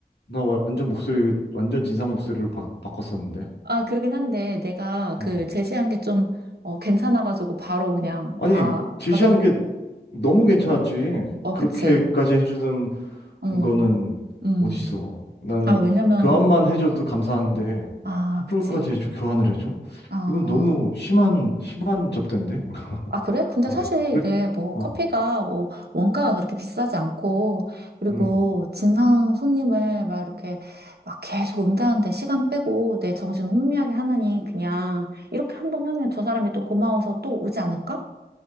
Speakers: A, on the left; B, on the right.
A: 나 완전 목소리, 완전 진상 목소리로 바, 바꿨었는데.
B: <laughs> 아, 그러긴 한데, 내가
A: 어.
B: 그 제시한 게 좀, 어, 괜찮아가지고 바로 그냥
A: 아니,
B: 다
A: 제시한
B: 받아들,
A: 게 너무 괜찮았지.
B: 어,
A: 그렇게까지
B: 그치.
A: 해주는 그거는
B: 음, 음.
A: 어딨어? 나는
B: 아, 왜냐면,
A: 교환만 해줘도 감사한데
B: 아,
A: 환불까지
B: 그치.
A: 해줘 교환을 해줘?
B: 아.
A: 이건 너무 심한 심한 접대인데? <laughs>
B: 아, 그래? 근데
A: 어,
B: 사실
A: 그렇-
B: 이게 뭐
A: 어,
B: 커피가 뭐 원가가 그렇게 비싸지 않고 그리고
A: 음,
B: 진상 손님을 막 이렇게 막 계속 응대하는데 시간 빼고 내 정신 혼미하게 하느니 그냥 이렇게 한 번 하면 저 사람이 또 고마워서 또 오지 않을까?